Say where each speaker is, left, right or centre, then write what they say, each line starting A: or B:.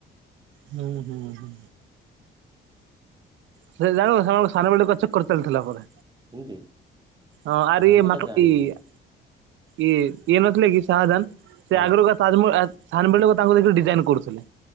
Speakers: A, on the right (about 75°); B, on the right (about 20°).
A: ହୁଁ ହୁଁ ହୁଁ। ସେ ଜାଣୁ ଶଳା ମୋ ସାନ ବେଳେକୁ ଚକର ଚାଲିଥିଲା ପରେ।
B: ସେମିତି
A: ହଁ ଆରେ
B: ନାଇଁ
A: ଇଏ
B: ଏଇଟା
A: ମା ଙ୍କ
B: ଜାଣିନି
A: ଇଆ ଇଏ ଇଏ ନଥିଲେ କି ସାହାଜାନ ସେ
B: ହଁ
A: ଆଗୁରୁ କ ତାଜମହଲ ଆ ସାନ ବେଳ ଲୋକ ତାଙ୍କୁ ଦେଖିଲି ଡିଜାଇନ୍ କରୁଥିଲେ।